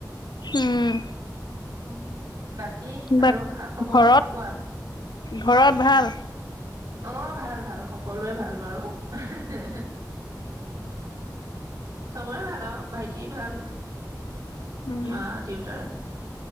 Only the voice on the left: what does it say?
উম
বা
ঘৰত
ঘৰত ভাল?
উম